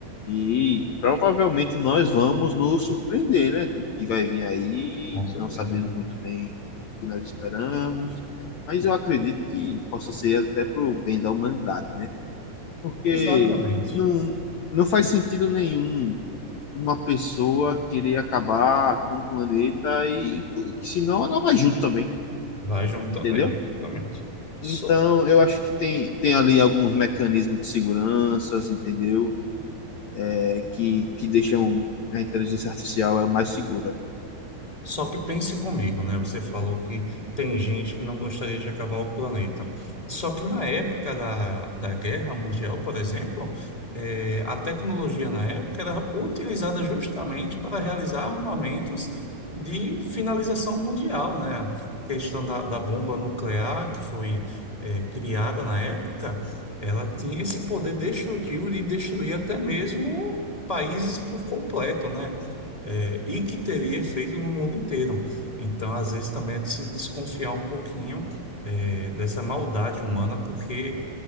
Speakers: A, on the left; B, on the left.
A: E provavelmente nós vamos nos surpreender, né? com o Que vai vir aí,
B: Com certeza.
A: não sabemos muito bem o que nós esperamos, mas eu acredito que possa ser até para o bem da humanidade, né? porque
B: Exatamente.
A: não, não faz sentido nenhum uma pessoa querer acabar com o planeta e senão ela vai junto também,
B: Vai junto
A: entendeu?
B: também, exatamente. Só,
A: Então, eu acho que tem, tem ali alguns mecanismos de segurança, entendeu? É, que, que deixam a inteligência artificial é mais segura.
B: Só que pense comigo, né? Você falou que tem gente que não gostaria de acabar o planeta. Só que na época da, da Guerra Mundial, por exemplo, eh, a tecnologia na época era utilizada justamente para realizar armamentos de finalização mundial, né? A questão da, da bomba nuclear, que foi, eh, criada na época, ela tinha esse poder destrutivo de destruir até mesmo países por completo, né? é, e que teria efeito no mundo inteiro. Então, às vezes, também é de se desconfiar um pouquinho, é, dessa maldade humana, porque